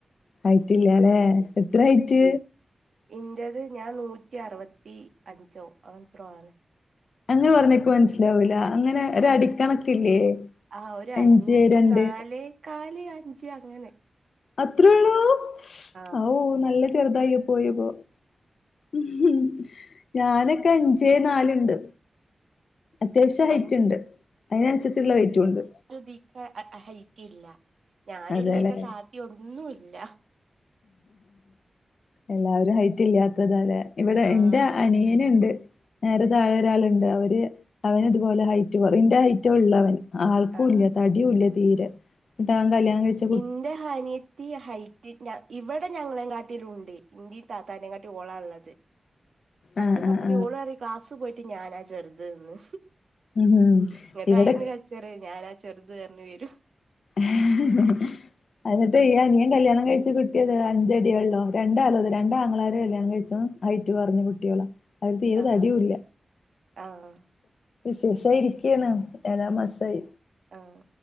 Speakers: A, on the left; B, on the right.
A: ഹൈറ്റില്ലല്ലെ എത്ര ഹയിറ്റ്?
B: എന്റേത് ഞാൻ നൂറ്റി- അറുപത്തഞ്ചോ അങ്ങനെ എത്രോ ആണ്.
A: അങ്ങനെ പറഞ്ഞേ ന്ക് മനസ്സിലാവൂല അങ്ങനെ ഒരു അടിക്കണക്കില്ലേ?
B: ആ ഒരു
A: അഞ്ച്
B: അഞ്
A: രണ്ട്
B: നാലേ കാല്, അഞ്ച് അങ്ങനെ.
A: അത്രയള്ളൂ
B: ആഹ്
A: ആവൂ നല്ല ചെറുതായി പോയിപ്പോ. ഹ് ഹ് ഞാനൊക്കെ അഞ്ചേ നാലുണ്ട്. അത്യാവശ്യം ഹൈറ്റ്
B: ആഹ്
A: ഉണ്ട്, അതിനനുസരിച്ചുള്ള വെയിറ്റും ഉണ്ട്.
B: ദീക്ക് അ ഹൈറ്റില്ല ഞാനൂല്ല
A: അതെല്ലേ
B: ന്റെ താത്തി ഒന്നുല്ല.
A: എല്ലാവരും ഹൈറ്റ് ഇല്ലാത്തതാല്ലേ. ഇവിടെ
B: ആഹ്
A: എന്റെ അനിയനുണ്ട്. നേരെ താഴെ ഒരാളുണ്ട് അവര്- അവന ഇതുപോലെ ഹൈറ്റ്- കുറെയും ന്റെ ഹൈറ്റെ ഉള്ള അവന്. ആൾക്കും
B: ആഹ്
A: ഇല്ല തടിയും ഇല്ല തീരെ- ന്നെറ്റ് അവൻ കല്യാണം കഴിചദ്.
B: ഇന്റെ അനിയത്തി- ത്തി ഹൈറ്റ് ഇവിടെ ഞങ്ങളെ- കാട്ടിലും ഉണ്ട് ഇന്റെയും, താത്താനെ കാട്ടിലും ഓൾ ആണ് ഉള്ളത് പക്ഷേ
A: ആഹ്
B: പറിം
A: ആഹ് ആഹ്
B: ഓൾ പറിം ക്ലാസ് പോയിട്ട് ഞാനാ ചെറുതന്ന്.
A: ഉം
B: ഇങ്ങട്ട്
A: ഇവിടെ
B: അയിനൊരു കച്ചറിഞാന് ചെറുത് അറിഞ്ഞി വരും.
A: ഹ് ഹ് ഹ്.. അന്നിട്ട് ഈ അനിയൻ കല്യാണം കഴിച്ചു കിട്ടിയത് അഞ്ചടിയെ ഉള്ളൂ. രണ്ടാളും അതെ രണ്ടാങ്ങളാര് കല്യാണം കഴിച്ച. ഹൈറ്റ് കുറഞ്ഞ കുട്ടികള, അത് തീരെ
B: ആഹ്
A: തടിയുംല്ല.
B: ആഹ്.
A: വിശേഷമായി ഇരിക്കയാണ് ഏഴാമാസായി.
B: ആഹ്